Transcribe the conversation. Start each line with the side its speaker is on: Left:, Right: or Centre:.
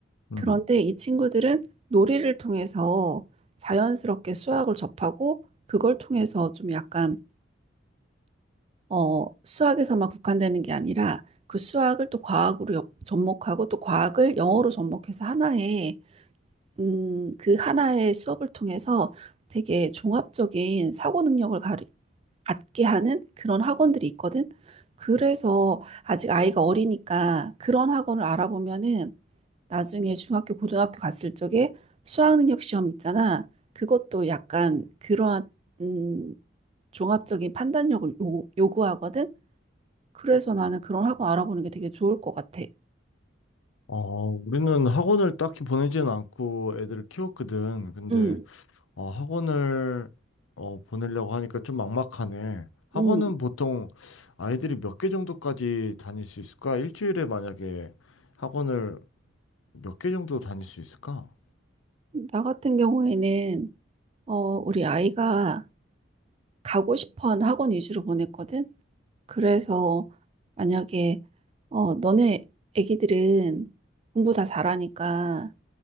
Left: 응.
Right: 그런데 이 친구들은 놀이를 통해서 자연스럽게 수학을 접하고 그걸 통해서 좀 약간 어, 수학에서만 국한되는 게 아니라 그 수학을 또 과학으로 역- 접목하고 또 과학을 영어로 접목해서 하나의 음, 그 하나의 수업을 통해서 되게 종합적인 사고 능력을 가리... 갖게 하는 그런 학원들이 있거든. 그래서 아직 아이가 어리니까 그런 학원을 알아보면은 나중에 중학교, 고등학교 갔을 적에 수학능력 시험 있잖아. 그것도 약간 그러한 음, 종합적인 판단력을 요, 요구하거든. 그래서 나는 그런 학원 알아보는 게 되게 좋을 것 같아.
Left: 어, 우리는 학원을 딱히 보내지는 않고 애들을 키웠거든. 근데,
Right: 음,
Left: 어, 학원을, 어, 보내려고 하니까 좀 막막하네. 학원은
Right: 음.
Left: 보통 아이들이 몇 개 정도까지 다닐 수 있을까? 일주일에 만약에 학원을 몇 개 정도 다닐 수 있을까?
Right: 나 같은 경우에는 어, 우리 아이가 가고 싶어 하는 학원 위주로 보냈거든. 그래서 만약에 어 너네 애기들은 공부 다 잘하니까